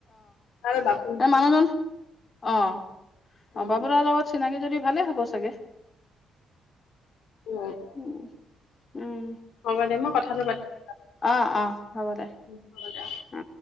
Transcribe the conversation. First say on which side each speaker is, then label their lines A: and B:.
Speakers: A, on the left (about 85°); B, on the left (about 35°).
A: ভাল বাপ
B: এ মানুহজন অ অ
A: উম
B: বাবুদাৰ লগত চিনাকি যদি ভালে হ'ব চাগে
A: উ
B: উ উম
A: হ'ব দে মই কথাটো পাতিম
B: অ অ হ'ব দে
A: হ'ব দে
B: অ